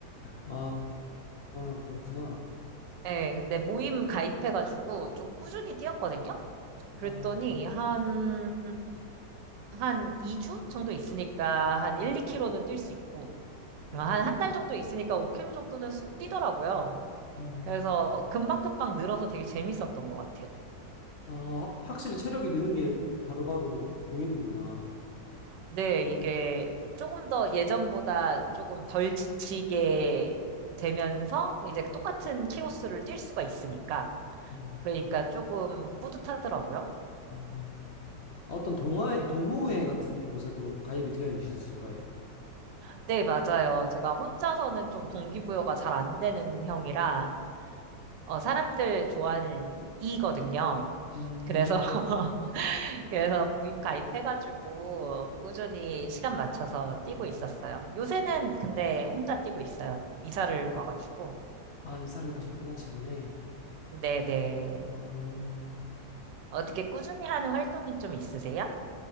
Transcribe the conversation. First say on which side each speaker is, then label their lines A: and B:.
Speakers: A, on the left; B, on the right.
A: 아, 아, 그렇구나.
B: 예, 근데 모임 가입해가지고 좀 꾸준히 뛰었거든요. 그랬더니
A: 아,
B: 한, 한 2주 정도 있으니까 한 1, 2 k 로는뛸 수 있고 한
A: 음,
B: 한 달 정도 있으니까 5 k 로 정도는 쑥 뛰더라고요.
A: 음.
B: 그래서 금방금방 늘어서 되게 재밌었던 것 같아요.
A: 아, 확- 확실히 체력이 느는 게 바로바로 보이는구나.
B: 네, 이게 조금 더 예전보다 조금 덜 지치게 되면서 이제 똑같은 키로수를 뛸 수가 있으니까
A: 음.
B: 그러니까 조금 뿌듯하더라고요.
A: 음. 아, 어떤 동아회, 동호회 같은 곳에도 가입이 되어 있으신 거예요?
B: 네, 맞아요. 제가 혼자서는 좀 동기부여가 잘 안 되는 형이라 어, 사람들 좋아하는 이거든요.
A: 음.
B: 그래서 <laughs> 그래서 모임 가입해가지고 꾸준히 시간 맞춰서 뛰고 있었어요. 요새는 근데 혼자 뛰고 있어요. 이사를 와가지고.
A: 아, 이사를 가셨구나, 최근에.
B: 네네.
A: 아,
B: 어떻게 꾸준히 하는 활동이 좀 있으세요?